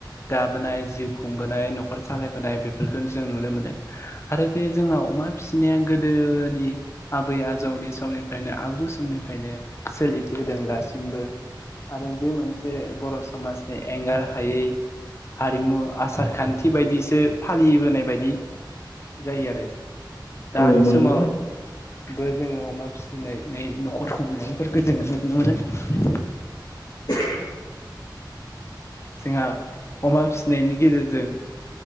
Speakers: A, on the left; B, on the left.
A: दाबोनाय जिउ खुंबोनाय न'खर सालायबोनाय बेफोरखौ जों नुनो मोनो। आरो बे जोंनाव अमा फिसिनाया गोदोनि आबै आजौनि समनिफ्रायनो आगु समनिफ्रायनो सोलिफदों दासिमबो आरो बे मोनसे बर' समाजनि एंगार हायै हारिमु आसार खान्थि बायदिसो फालिबोनाय बायदि जायो आरो दानि
B: औ नंगौ
A: समाव बो जोङो अमा फिसिनानै न'खर खुंनायफोरफोरखौ जोंङो नुनो मोनो
B: <unintelligible>
A: जोंहा अमा फिनायनि गेजेरजों